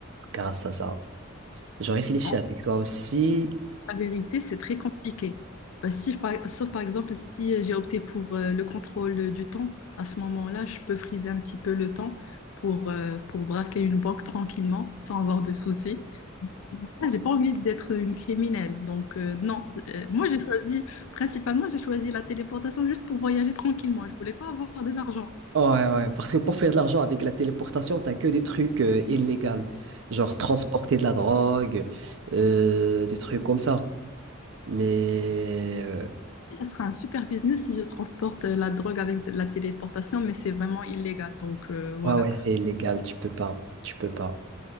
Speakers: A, on the right; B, on the left.
A: grâce à ça. Je réfléchis
B: En
A: avec toi aussi.
B: la vérité, c'est très compliqué. Bah, si, par- sauf par exemple, si j'ai opté pour euh, le contrôle du temps, à ce moment-là, je peux friser un petit peu le temps pour, euh, pour braquer une banque tranquillement, sans avoir de soucis. Ah, J'ai pas envie d'être une criminelle, donc euh, non. Euh, moi, j'ai choisi, principalement, j'ai choisi la téléportation juste pour voyager tranquillement. Je voulais pas avoir de l'argent.
A: Ouais, ouais, parce que pour faire de l'argent avec la téléportation, t'as que des trucs euh, illégaux, genre transporter de la drogue, euh, des trucs comme ça. Mais euh,
B: Ça sera un super business si je transporte euh, la drogue avec de la téléportation, mais c'est vraiment illégal, donc euh, voilà.
A: ouais, ouais, c'est illégal, tu peux pas, tu peux pas.